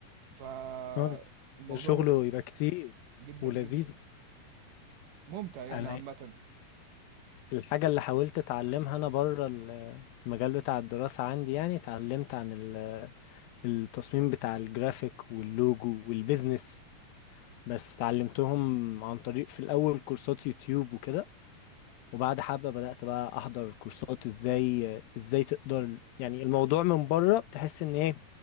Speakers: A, on the right (about 70°); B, on the left (about 85°).
A: فالموضوع
B: اه بس شغله
A: لذيذ
B: يبقى كتير
A: جدا
B: ولذيذ
A: جدا ممتع يعني
B: انا
A: عامه
B: الحاجه اللي حاولت اتعلمها انا بره ال- المجال بتاع الدراسه عندي يعني اتعلمت عن ال- التصميم بتاع الجرافيك واللوجو والبيزنس بس اتعلمتهم عن طريق في الاول كورسات يوتيوب وكده وبعد حبه بدات بقى احضر كورسات ازاي ازاي تقدر يعني الموضوع من بره بتحس ان ايه